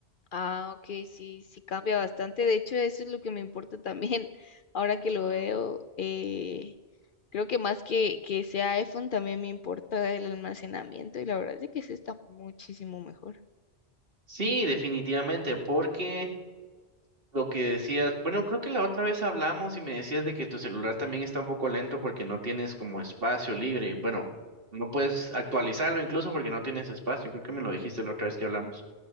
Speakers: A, on the left; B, on the right.
A: Ah, ok, sí, sí cambia
B: Ujú.
A: bastante. De hecho, eso es lo que me importa también. <laughs> Ahora que lo
B: Mm.
A: veo, eh, creo que más que, que sea iPhone, también me importa el almacenamiento y la verdad es que ese está muchísimo mejor.
B: Sí, definitivamente, porque Lo que decías, bueno, creo que la otra vez hablamos y me decías de que tu celular también está un poco lento porque no tienes como espacio libre. Bueno, no puedes actualizarlo incluso porque no tienes espacio. Creo que me lo dijiste la otra vez que hablamos.